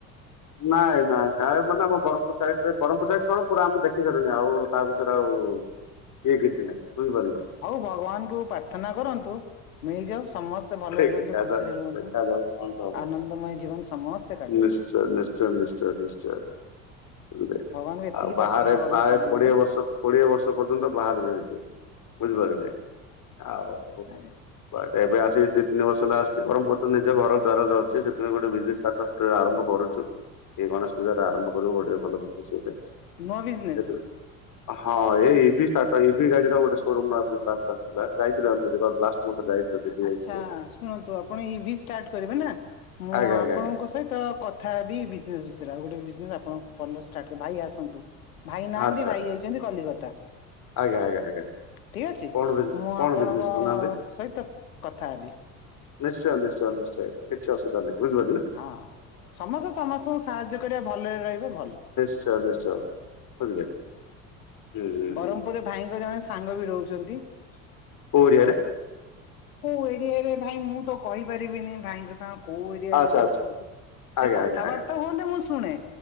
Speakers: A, on the left; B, on the left.
A: ଟିକେ ନାଇଁ ନାଇଁ ନାଇ ଆ ମାନେ ଆମ ବରମ୍ ପୁର୍ ସାଇଟ୍ ରେ ବରମ୍ ପୁର୍ ସାଇଟ୍ କଣ ପୁରା ଆମ ଦେଖି ସାରୁୁଣି ଆଉ-ଉ ତା ର ଆଉ-ଉ-ଉ-ଉ ଇଏ କିଛି ନାହିଁ ବୁଝିପାଇଲେ?
B: ହଉ ଭଗବାନଙ୍କୁ ପ୍ରାର୍ଥନା କରନ୍ତୁ ମିଳିଯାଉ ସମସ୍ ତେ ଭଲରେ
A: ଦେଖାଯାଉ
B: ରୁହନ୍ତୁ ଖୁସିରେ ରୁହନ୍ତୁ
A: ଦେଖାଯାଉ କଣ ହବ
B: ଆନନ୍ଦମୟ ଜୀବନ ସମସ୍ତେ କାଟନ୍ତୁ।
A: ନିଶ୍ଚୟ ନିଶ୍ଚୟ ନିଶ୍ଚୟ ନିଶ୍ଚୟ <unintelligible>
B: ଭଗବାନଙ୍କୁ ଏତିକି
A: ଆଉ
B: ପ୍ରାର୍ଥନା
A: ବାହାରେ
B: କରନ୍ତୁ
A: ପ୍ରାୟ
B: ସବୁବେଳେ
A: କୋଡିଏ ବର୍ଷ କୋଡିଏ ବର୍ଷ ପର୍ଯ୍ୟନ୍ତ ବାହାରେ ରହିଲି ବୁଝିପାରଲ କି ନାହିଁ ଆଉ
B: ଆଜ୍ଞା।
A: <unintelligible> ଏବେ ଆସି ଦିଇ ତିନି ବର୍ଷ ହେଲା ଆସିଛି ବରମ୍ ପୁର୍ ତ ନିଜ ଘରଦ୍ୱାର ଅଛି ସେଥିପାଇଁ ଗୋଟେ ବିଜେନ୍ସ ସ୍ଟାଟସ୍ ଆରମ୍ଭ କରୁଚୁ। ଏ ଗଣେଶ ପୂଜାରେ ଆରମ୍ଭ କରିବୁ ଗୋଟେ ଭଲ ବ୍ୟବସାୟଟେ
B: ନୂଆ ବିଜନେସ୍
A: <unintelligible> ହଁ ଏଇ ଇଭି ଷ୍ଟାଟ ଇଭି ଗାଡି ର ଗୋଟେ ଶୋରୁମ <unintelligible> ଚାଲିଥିଲା ଯାଇଥିଲୁ ଆମେ <unintelligible> ଦିଲ୍ଲୀ
B: ଆଛା
A: ଯାଇଥିଲୁ
B: ଶୁଣନ୍ତୁ ଆପଣ ଇଭି ଷ୍ଟାର୍ଟ୍ କରିବେ ନା ମୁଁ
A: ଆଜ୍ଞା
B: ଆପଣଙ୍କୁ
A: ଆଜ୍ଞା ଆଜ୍ଞା
B: ସହିତ କଥା ହେବି ବିଜନେସ୍ ବିଷୟରେ ଆଉ ଗୋଟେ ବିଜନେସ୍ ଆପଣ ଭଲର୍ ଷ୍ଟାଟ ଭାଇ ଆସନ୍ତୁ। ଭାଇ ନାହାନ୍ତି
A: ଆଚ୍ଛା
B: ଭାଇ ଯାଇଛନ୍ତି କଲିକତା।
A: ଆଜ୍ଞା ଆଜ୍ଞା ଆଜ୍ଞା
B: ଠିକ୍ ଅଛି
A: କଣ ବିଜନେସ୍
B: ମୁଁ
A: କଣ
B: ଆପଣଙ୍କ-ଅ-ଅ-ଅ
A: ବିଜନେସ୍ କରୁନାହାନ୍ତି
B: ସହିତ କଥା ହେବି।
A: ନିଶ୍ଚୟ ନିଶ୍ଚୟ ନିଶ୍ଚୟ କିଛି ଅସୁବିଧା ନାହିଁ ବୁଝି ପାରିଲା ନା।
B: ହଁ ସମସ୍ତେ ସମସ୍ତଙ୍କୁ ସାହାଯ୍ୟ କରିବା ଭଲରେ ରହିବେ ଭଲ।
A: ନିଶ୍ଚୟ ନିଶ୍ଚୟ ବୁଝିଲେ। ହୁଁ
B: ବରମ୍ ପୁରରେ ଭାଇଙ୍କ ଜଣେ ସାଙ୍ଗ ବି ରହୁଚନ୍ତି।
A: କୋଉ ଏରିଆରେ?
B: କୋଉ ଏରିଆରେ ଭାଇ ମୁଁ ତ କହିପାରିବିନି। ଭାଇଙ୍କ ସାଙ୍ଗ କୋଉ ଏରିଆରେ
A: ଆଚ୍ଛା
B: ରହୁଛନ୍ତି
A: ଆଚ୍ଛା
B: ସେ
A: ଆଜ୍ଞା
B: କଥାବାର୍ତ୍ତା
A: ଆଜ୍ଞା ଆଜ୍ଞା
B: ହୁଅନ୍ତେ ମୁଁ ଶୁଣେ।